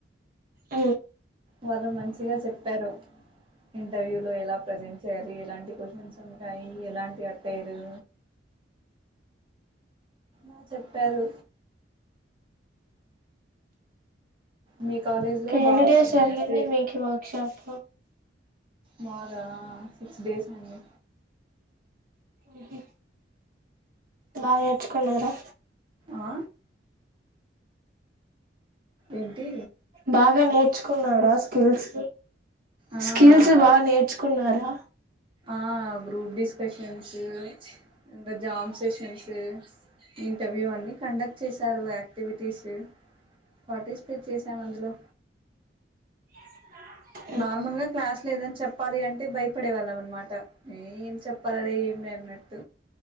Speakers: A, on the right; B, on the right.
A: ప్చ్
B: వాళ్ళు మంచిగా చెప్పారు ఇంటర్వ్యూల ఎలా ప్రజెంట్ చేయాలి. ఎలాంటి క్వశ్చన్స్ ఉంటాయి, ఎలాంటి అట్టయారు అ చెప్పారు మీ కాలేజ్ లో
A: ఎన్ని
B: బాగా వస్తున్నాయ
A: డేస్ జరిగింది
B: ప్లే
A: మీకు వర్క్ షాప్
B: మదా సిక్స్ డేస్ ముందు
A: ఊ హు బాగ నేర్చుకున్నారా
B: ఆ ఏంటి
A: బాగా నేర్చుకున్నారా స్కిల్స్
B: ఆ
A: స్కిల్స్ బాగా నేర్చుకున్నారా
B: ఆ గ్రూప్ డిస్కషన్స్ ఇకా జామ్ సెషన్స్ ఇంటర్వ్యూ అన్ని కండక్ట్ చేసారు యాక్టివిటీస్ పార్టిసిపేట్ చేసాం అందులో
A: <inaudible>
B: నార్మల్ గా క్లాస్ లో ఏదనా చెప్పాలి అంటే భయపడే వాళ్ళం అనమాట ఏం చెప్పాలరే ఏం లే దట్